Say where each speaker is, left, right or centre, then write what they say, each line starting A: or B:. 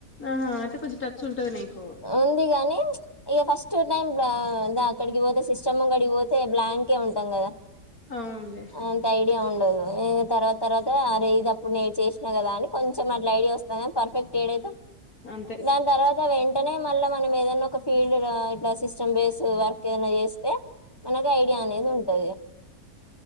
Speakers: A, on the left (about 55°); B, on the left (about 15°).
A: ఆహా అయితే కొంచెం టచ్ ఉంటది నీకు
B: ఉంది కాగానీ ఇగ టూ టైమ్ అక్కడికి పోతే సిస్టమ్ ముంగడికి పోతే బ్లాంకే ఉంటాం కదా
A: అవునులే
B: అంత ఐడియా ఉండదు తర్వాత తర్వాత అరే ఇది అప్పుడు నేను చేసినా కదా అని కొంచెం అట్లా ఐడియా వస్తంది పర్ఫెక్ట్ ఏడ అయితే
A: అంతే
B: దాని తర్వాత వెంటనే మళ్ళా మనం ఏదన్నా ఒక ఫీల్డ్ లా సిస్టమ్ బేస్ వర్క్ ఏదైనా చేస్తే మనకు ఐడియా అనేది ఉంటది